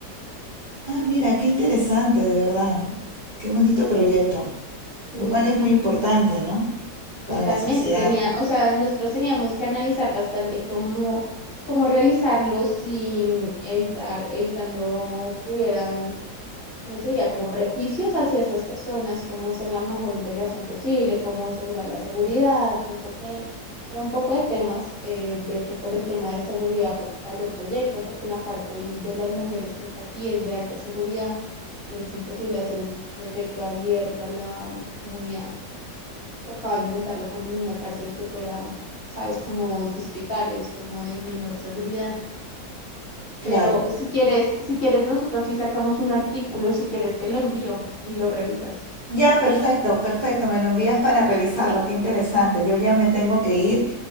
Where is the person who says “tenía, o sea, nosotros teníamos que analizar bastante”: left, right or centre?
Left